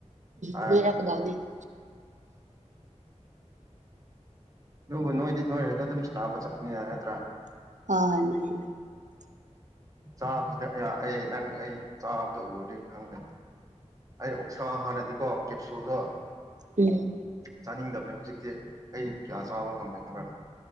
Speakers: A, on the right (about 30°); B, on the right (about 85°).
A: ꯍꯥꯏꯔꯅꯨ
B: ꯉꯥꯏꯔꯛꯀꯗꯧꯅꯦ <unintelligible>
A: ꯑꯗꯨꯕꯨ ꯅꯣꯏꯗꯤ ꯅꯣꯏ ꯑꯗꯨꯗ ꯑꯗꯨꯝ ꯁꯅꯥꯕ ꯆꯠꯄꯅꯤꯅ ꯅꯠꯇ꯭ꯔꯥ
B: ꯑ
A: ꯆꯥꯕꯁꯤꯗ ꯑꯩ ꯅꯪ ꯑꯩ ꯆꯥꯕꯗ ꯎꯔꯨꯗ ꯈꯪꯒꯅꯤ ꯑꯩ ꯑꯣꯛꯁꯥ ꯍꯥꯟꯅꯗꯤꯀꯣ ꯀꯦꯞꯁꯨꯜꯗꯣ
B: ꯎꯝ
A: ꯆꯥꯅꯤꯡꯗꯕꯅꯦ ꯍꯧꯖꯤꯛ ꯑꯩ ꯀꯌꯥ ꯆꯥꯕ ꯉꯝꯃꯦ ꯈꯪꯕ꯭ꯔ